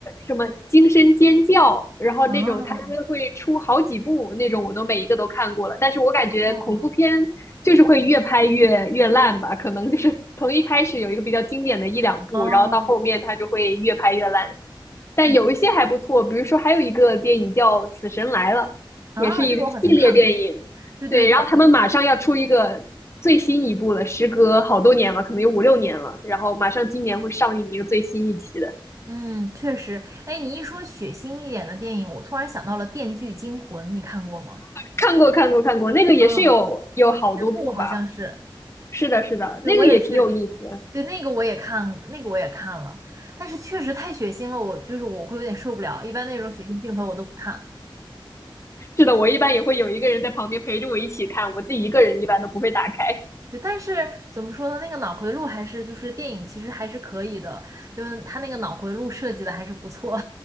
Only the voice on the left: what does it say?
什么《惊声尖叫》，然后那种它会出好几部那种，
我都每一个都看过了。但是我感觉恐怖片
就是会越拍越越烂吧，可能就是从一开始有一个比较经典的一两部，
然后到后面它就会越拍越烂。但有一些还不错，
比如说还有一个电影叫《死神来了》，
也是一个系列电影。
对，然后他们马上要出一个最新一部了，时隔好多年了，可能有五六年了，然后马上今年会上映一个最新一期的。
看过，看过，看过，那个也是有有好多部吧。
是的，是的，
那个也挺有意思的
是的，我一般也会有一个人在旁边陪着我一起看，我自己一个人一般都不会打开。